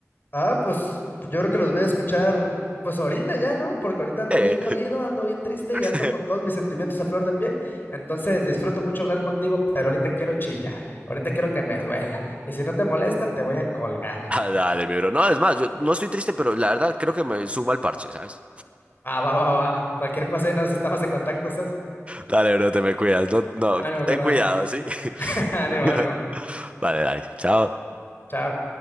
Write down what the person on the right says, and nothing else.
Eh.
<laughs>
Ah, dale, mi bro. No, es más, yo no estoy triste, pero la verdad creo que me suma el parche, ¿sabes?
Dale, bro, te me cuidas. No, no,
ten
cuidado, ¿sí?
<laughs>
Vale, dale. Chao.